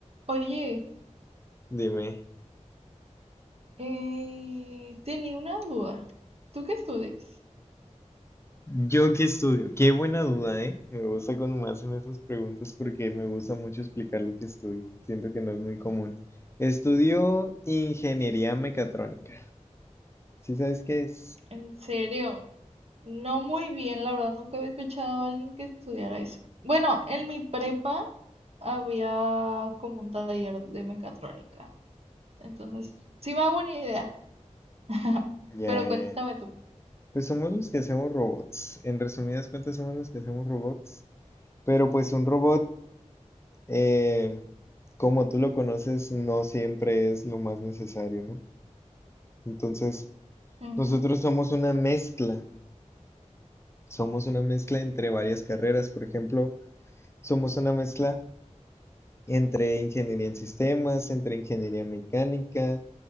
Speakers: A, on the right; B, on the left.
A: Oye,
B: Dime,
A: eh, tenía una duda. ¿Tú qué estudias?
B: ¿yo qué estudio? Qué buena duda, ¿eh? Me gusta cuando me hacen esas preguntas porque me gusta mucho explicar lo que estudio. Siento que no es muy común. Estudio ingeniería mecatrónica. ¿Sí sabes qué es?
A: En serio, no muy bien, la verdad, nunca había escuchado a alguien que estudiara eso. Bueno, en mi prepa había como un taller de mecatrónica, entonces sí me hago una idea, <laughs>
B: Ya,
A: pero
B: ya,
A: cuéntame
B: ya.
A: tú.
B: Pues somos los que hacemos robots. En resumidas cuentas, somos los que hacemos robots. Pero pues un robot, eh, como tú lo conoces, no siempre es lo más necesario, ¿no? Entonces,
A: Ujú,
B: nosotros somos una mezcla Somos una mezcla entre varias carreras, por ejemplo, somos una mezcla entre ingeniería en sistemas, entre ingeniería mecánica,